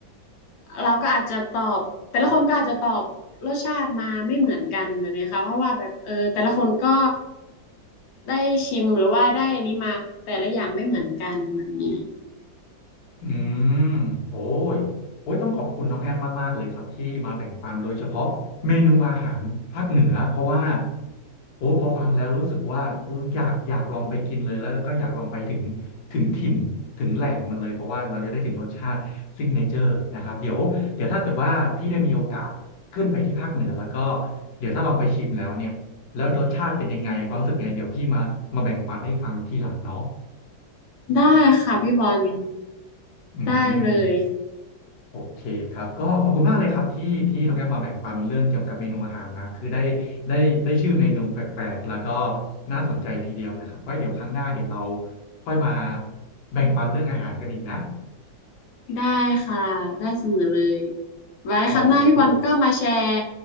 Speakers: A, on the left; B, on the left.
A: เราก็อาจจะตอบแต่ละคนก็อาจจะตอบรสชาติมาไม่เหมือนกันแบบนี้ค่ะเพราะว่าแบบเออแต่ละคนก็ได้ชิมหรือว่าได้อันนี้มาแต่ละอย่างไม่เหมือนกันแบบนี้
B: อืมโอ้ยโอ้ยต้องขอบคุณน้องแอมมากๆเลยครับที่มาแบ่งปันโดยเฉพาะเมนูอาหารภาคเหนือเพราะว่าโอ้พอฟังแล้วรู้สึกว่าเอออยากอยากลองไปกินเลยแล้วก็อยากลองไปถึงถึงถิ่นถึงแหล่งมันเลยเพราะว่าเราจะได้ถึงรสชาติซิกเนเจอร์นะครับเดี๋ยวเดี๋ยวถ้าเกิดว่าพี่ได้มีโอกาสขึ้นไปที่ภาคเหนือแล้วก็เดี๋ยวถ้าลองไปชิมแล้วเนี่ยแล้วรสชาติเป็นยังไงความรู้สึกไงเดี๋ยวพี่มามาแบ่งปันให้ฟังทีหลังเนาะ
A: ได้ค่ะพี่บอล
B: อืม
A: ได้เลย
B: โอเคครับก็ขอบคุณมากเลยครับที่ที่น้องแอมมาแบ่งปันเรื่องเกี่ยวกับเมนูอาหารนะคือได้ได้ได้ชื่อเมนูแปลกๆแล้วก็น่าสนใจทีเดียวนะครับไว้เดี๋ยวครั้งหน้าเดี๋ยวเราค่อยมาแบ่งปันเรื่องอาหารกันอีกนะ
A: ได้ค่ะได้เสมอเลยไว้ครั้งหน้าพี่บอลก็มาแชร์
B: โอเค